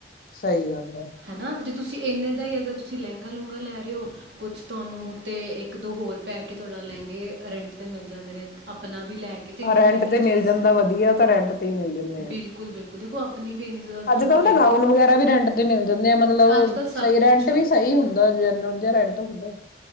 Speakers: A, on the left; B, on the right.
A: ਸਹੀ ਗੱਲ ਹੈ
B: ਹਨਾ ਜੇ ਤੁਸੀਂ ਇੰਨੇ ਦਾ ਹੀ ਅਗਰ ਤੁਸੀਂ ਲਹਿੰਗਾ ਲੂੰਗਾ ਲੈ ਰਹੇ, ਹੋ ਕੁਛ ਤੁਹਾਨੂੰ ਉੱਤੇ ਇੱਕ ਦੋ ਹੋਰ ਪੈ ਕੇ ਤੁਹਾਡਾ ਲਹਿੰਗੇ ਰੈਂਟ 'ਤੇ ਮਿਲ ਜਾਂਦੇ ਨੇ ਆਪਣਾ ਵੀ ਲੈ ਕੇ ਤੇ ਇੰਨੀ
A: ਰੈਂਟ
B: ਮਹਿੰਗੀ
A: ਤੇ ਮਿਲ
B: ਚੀਜ਼
A: ਜਾਂਦਾ ਵਧੀਆ ਤਾਂ ਰੈਂਟ ਤੇ ਮਿਲ
B: ਬਿਲਕੁਲ ਬਿਲਕੁਲ ਦੇਖੋ ਆਪਣੀ ਵੀ ਇੰਨੀ ਜ਼ਿਆਦਾ ਜ਼ਿਆਦਾ
A: ਅੱਜ ਕਲ ਤਾਂ
B: ਮਹਿੰਗੀ
A: ਗਾਊਨ ਵਗੈਰਾ ਵੀ ਰੈਂਟ ਤੇ ਮਿਲ ਜਾਂਦੇ ਆ ਮਤਲਬ,
B: ਅੱਜ-ਕੱਲ੍ਹ ਸਭ
A: ਸਹੀ
B: ਕੁਛ
A: ਰੈਂਟ ਵੀ ਸਹੀ ਹੁੰਦਾਨਵੰਜਾ ਰੈਂਟ ਹੁੰਦਾ